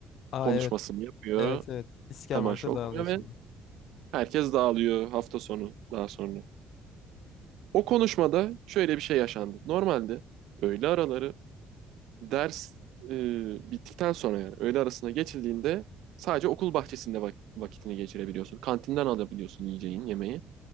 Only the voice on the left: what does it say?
Aa
evet.
Evet evet. İsker
Marş'a
dağılıyor sonra.